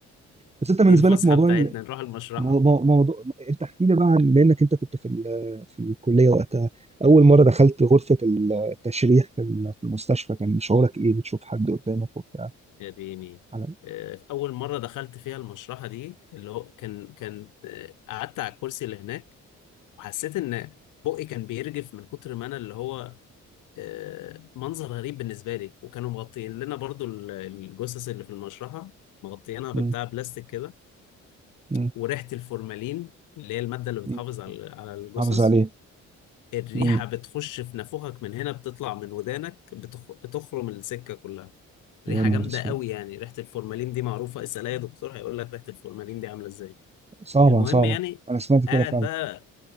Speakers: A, on the right (about 20°); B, on the left (about 90°).
A: بس انت بالنسبه
B: دي الفسحه
A: لك موضوع
B: بتاعتنا
A: ال-
B: نروح المشرحه
A: مو- مو- موضوع انت احكي لي بقى عن بما انك انت كنت في ال- في الكليه وقتها اول مره دخلت غرفه التشريح في ال- في المستشفى كان شعورك ايه بتشوف حد قدامك وبتاع
B: يا ديني
A: على
B: آه، اول مره دخلت فيها المشرحه دي اللي هو كان كان آه، قعدت على الكرسي اللي هناك وحسيت ان بقي كان بيرجف من كتر ما انا اللي هو آه، منظر غريب بالنسبه لي وكانوا مغطيين لنا برضو ال- الجثث اللي في المشرحه مغطيينها ببتاع
A: مم،
B: بلاستيك كده
A: مم،
B: وريحه الفورمالين اللي هي الماده اللي بتحافظ
A: مم.
B: على على الجثث
A: حافظ عليه
B: الريحه
A: مم.
B: بتخش في نافوخك من هنا بتطلع من ودانك بتخ... بتخرم السكه كلها
A: يا
B: ريحه
A: نهار
B: جامده
A: اسود
B: قوي يعني ريحه الفورمالين دي معروفه اسال اي دكتور هيقول لك ريحه الفورمالين دي عامله ازاي
A: صعبه
B: المهم
A: صعبه
B: يعني
A: انا سمعت كده
B: قاعد
A: فعلا
B: بقى